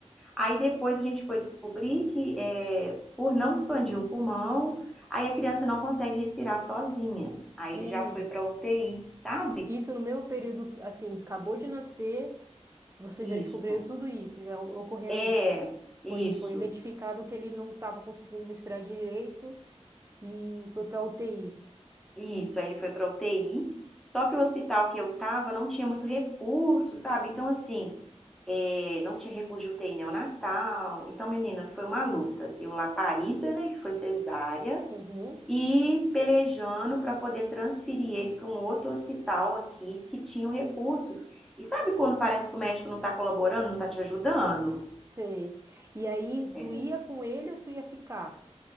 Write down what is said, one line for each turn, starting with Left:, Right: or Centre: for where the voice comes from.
Centre: Aí depois a gente foi descobrir que é, por não expandir o pulmão, aí a criança não consegue respirar sozinha. Aí
Right: Hum,
Centre: ele já foi pra UTI, sabe?
Right: isso no meu período, assim, acabou de nascer, você já descobriu
Centre: Isso.
Right: tudo isso, já o- ocorreu
Centre: É,
Right: isso.
Centre: isso.
Right: Foi, foi identificado que ele não estava conseguindo respirar direito e foi para UTI.
Centre: Isso, aí ele foi para UTI. Só que o hospital que eu tava não tinha muito recurso, sabe? Então, assim, é, não tinha recurso de UTI neonatal. Então, menina, foi uma luta. Eu lá parida, né, que foi cesárea,
Right: Uhum,
Centre: e pelejando para poder transferir ele para um outro hospital aqui que tinha o recurso. E sabe quando parece que o médico não tá colaborando, não tá te ajudando?
Right: sei. E aí, tu
Centre: É.
Right: ia com ele ou tu ia ficar?